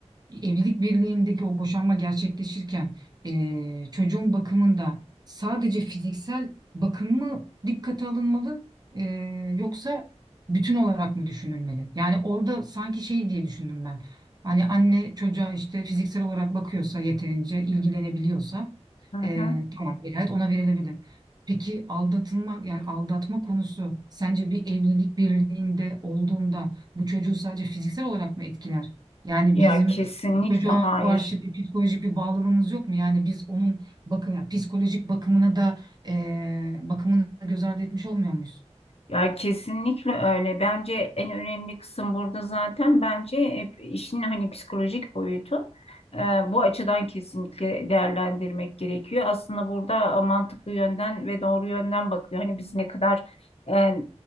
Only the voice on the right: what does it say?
evlilik birliğindeki o boşanma gerçekleşirken eee, çocuğun bakımında sadece fiziksel bakım mı dikkate alınmalı eee, yoksa bütün olarak mı düşünülmeli? Yani orada sanki şey diye düşündüm ben. Hani anne çocuğa işte fiziksel olarak bakıyorsa yeterince ilgilenebiliyorsa
eee
tamam velayet ona verilebilir. Peki aldatılma yani aldatma konusu sence bir evlilik birliğinde olduğunda bu çocuğu sadece fiziksel olarak mı etkiler? Yani
bizim
Çocuğa
karşı bir psikolojik bir bağlılığımız yok mu? Yani biz onun bakım, yani psikolojik bakımına da eee bakımını göz ardı etmiş olmuyor muyuz?